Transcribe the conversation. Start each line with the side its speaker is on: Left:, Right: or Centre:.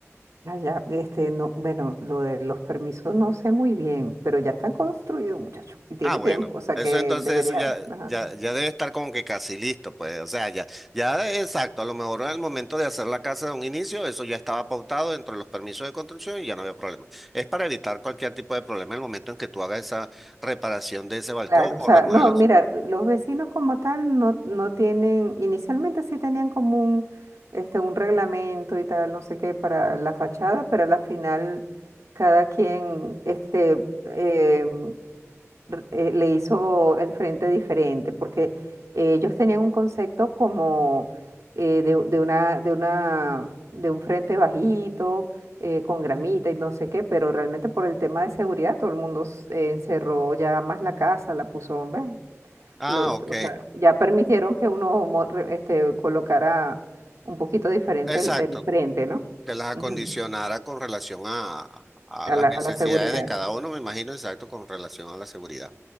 Right: Ah, ya, este, no, bueno, lo de los permisos no sé muy bien, pero ya están construidos, muchachos, y tiene
Centre: Ah, bueno,
Right: tiempo, o sea
Centre: eso
Right: que
Centre: entonces
Right: debería,
Centre: eso ya,
Right: ajá,
Centre: ya, ya debe estar como que casi listo, pues, o sea, ya, ya exacto, a lo mejor al momento de hacer la casa de un inicio, eso ya estaba pautado dentro de los permisos de construcción y ya no había problema. Es para evitar cualquier tipo de problema en el momento en que tú hagas esa reparación de ese balcón
Right: Claro, o
Centre: o
Right: sea,
Centre: remodelación.
Right: no, mira, los vecinos como tal no, no tienen, inicialmente sí tenían como un, este, un reglamento y tal, no sé qué, para la fachada, pero a la final cada quien, este, em, r- eh, le hizo el frente diferente, porque eh, ellos tenían un concepto como eh, de, de una, de una, de un frente bajito, eh, con gramita y no sé qué, pero realmente por el tema de seguridad todo el mundo s- eh, encerró ya más la casa, la puso, ¿ves?
Centre: Ah,
Right: Lo-
Centre: ok,
Right: o sea, ya permitieron que uno mo- re- este, colocara un poquito diferente
Centre: exacto,
Right: el, el frente, ¿no?
Centre: que las acondicionara
Right: Ujú.
Centre: con relación a, a
Right: A
Centre: las
Right: la, a
Centre: necesidades
Right: la seguridad,
Centre: de cada uno, me imagino, exacto, con relación a la seguridad.